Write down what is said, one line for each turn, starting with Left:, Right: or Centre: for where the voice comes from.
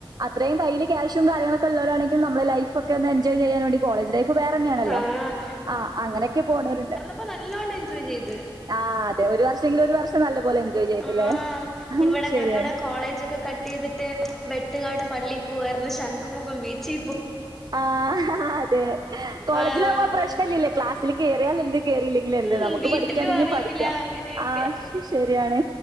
Right: അത്രയും കയ്യില് ക്യാഷും കാര്യങ്ങളൊക്കെള്ളോരാണെങ്കിൽ നമ്മളെ ലൈഫൊക്കെ ഒന്ന് എൻജോയ് ചെയ്യാൻ വേണ്ടി കോളേജ് ലൈഫ് വേറെന്നെയാണല്ലോ
Centre: ആഹ്
Right: ആ അങ്ങനെയൊക്കെ പോണവരുണ്ട്
Centre: ഇപ്പൊ നല്ലോണം എൻജോയ് ചെയ്ത്
Right: ആ അതെ ഒരു വർഷെങ്കിലും ഒരു വർഷം നല്ല പോലെ എൻജോയ് ചെയ്തല്ലേ
Centre: ആഹ് ഇവിടെ
Right: ശരിയാണ്.
Centre: ഞങ്ങള് കോളേജൊക്കെ കട്ടയ്തിട്ട് വെട്ടുകാട് പള്ളി പോകാരുന്നു ശംഖുമുഖം ബീച്ചി
Right: ആഹ് അതെ കോളേജിലാവുമ്പോ
Centre: ആഹ്
Right: ആ പ്രശ്നല്ലല്ലോ ക്ലാസ്സില് കേയറിയാലെന്ത് കേറില്ലെങ്കിലെന്ത്
Centre: ഉം
Right: നമുക്ക്
Centre: വീട്ടിലും
Right: പഠിക്കയാണെങ്കി
Centre: അറിയൂല
Right: പഠിക്കാം
Centre: അങ്ങനെയൊക്കെ
Right: ആ ശരിയാണ്